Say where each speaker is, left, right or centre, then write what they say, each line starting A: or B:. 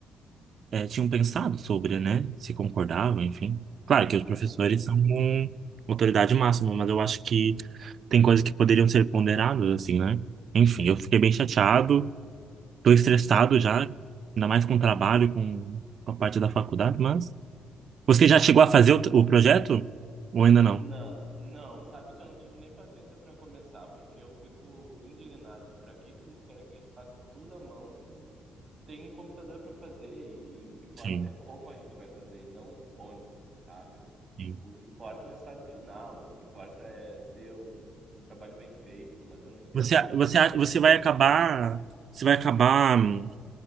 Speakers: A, on the right; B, on the right.
A: eh, tinham pensado sobre, né? Se concordavam, enfim. Claro que os professores
B: Sim.
A: são uma autoridade máxima, mas eu acho que tem coisas que poderiam ser ponderadas, assim, né? Enfim, eu fiquei bem chateado, tô estressado já, ainda mais com o trabalho, com a parte da faculdade, mas... Você já chegou a fazer o, o projeto? Ou ainda
B: Não,
A: não?
B: não, sabe que eu não tive nem paciência para começar, porque eu fico indignado por aqui que eles querem que a gente faça tudo à mão se tem um computador para fazer e o que importa
A: Sim,
B: é como a gente vai fazer e não onde, sabe?
A: sim.
B: O que importa é o resultado final, o que importa é ser um, um trabalho bem feito, mas eu não entendo
A: Você,
B: por que
A: você,
B: querem
A: você
B: fazer
A: vai
B: à mão.
A: acabar... Você vai acabar. hum,